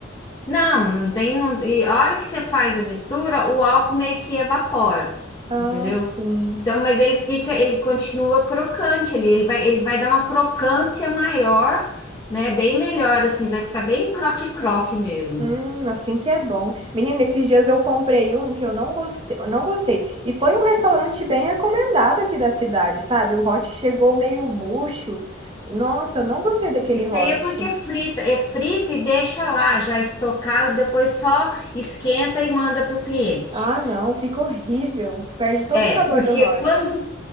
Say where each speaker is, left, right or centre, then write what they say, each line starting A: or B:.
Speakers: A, on the left; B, on the right.
A: Não, não tem. Não, e a hora que você faz a mistura, o álcool meio que evapora,
B: Ah,
A: entendeu?
B: sim.
A: Então, mas ele fica, ele continua crocante ali, ele vai, ele vai dar uma crocância maior, né? Bem melhor, assim, vai ficar bem croque-croque mesmo.
B: Hum, assim que é bom. Menina, esses dias eu comprei um que eu não gostei, eu não gostei. E foi um restaurante bem recomendado aqui da cidade, sabe? O hot chegou meio murcho. Nossa, eu não gostei daquele
A: Isso
B: hot.
A: aí é porque frita, é frita e deixa lá já estocado, depois só esquenta e manda pro cliente.
B: Ah, não, fica horrível. Perde todo
A: É,
B: o sabor
A: porque
B: do hot.
A: quando